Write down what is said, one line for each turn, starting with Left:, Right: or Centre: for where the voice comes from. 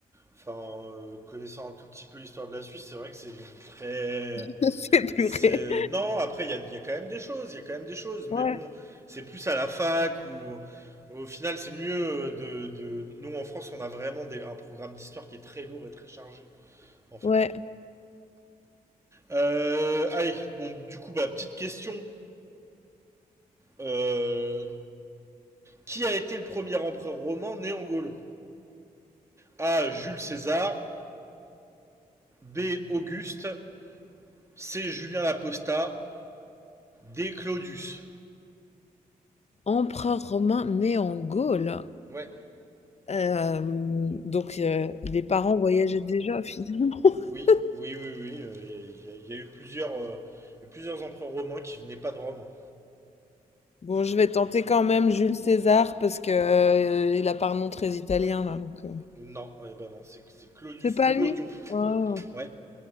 Right: Enfin, euh, connaissant un tout petit peu l'histoire de la Suisse, c'est vrai que c'est Très...
Left: <laughs> C'est purée.
Right: C'est... Non, après, il y a, il y a quand même des choses, il y a quand même des choses, mais
Left: Ouais.
Right: bon, c'est plus à la fac ou... Au final, c'est mieux euh, de, de... Nous, en France, on a vraiment des- un programme d'histoire qui est très lourd et très chargé, en fait.
Left: Ouais.
Right: Euh, allez, bon, du coup, bah, petite question. Euh, qui a été le premier empereur romain né en Gaule A. Jules César. B. Auguste. C. Julien Laposta. D. Claudius.
Left: Empereur romain né en Gaule.
Right: Ouais,
Left: Euh, donc euh, les parents voyageaient déjà finalement. <laughs>
Right: oui, oui, oui, oui. euh, Il euh, y, a- y a eu plusieurs, euh, plusieurs empereurs romains qui venaient pas de Rome. hein.
Left: Bon, je vais tenter quand même Jules César parce que euh, il a pas un nom très italien là, donc. euh,
Right: Non, eh ben non, c'est c'est Claudius
Left: C'est pas
Right: ou Clodion.
Left: lui. Ah.
Right: Ouais,